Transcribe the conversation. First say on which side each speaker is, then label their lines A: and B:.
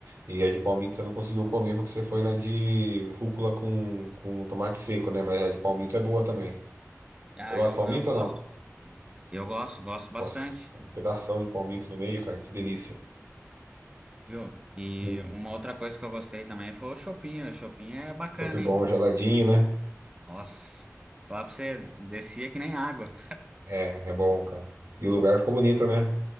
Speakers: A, on the right; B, on the right.
A: E a de Palmito você não conseguiu comer porque você foi na de rúcula com, com tomate seco, né? Mas a de Palmito é boa também.
B: ah,
A: Você gosta
B: eu,
A: de Palmito
B: eu gosto.
A: ou não?
B: Eu gosto, gosto bastante.
A: Nossa, um pedação de palmito no meio, cara, que delícia.
B: Viu? E
A: Hum.
B: uma outra coisa que eu gostei também foi o shopping. O shopping é bacana,
A: Top bom,
B: hein?
A: geladinho, né?
B: Nossa, falar pra você, descia que nem água.
A: É, é bom, cara. E o lugar ficou bonito, né?